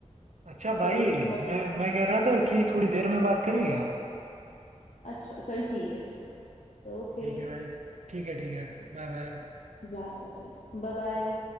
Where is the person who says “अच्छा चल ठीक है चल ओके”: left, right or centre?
Left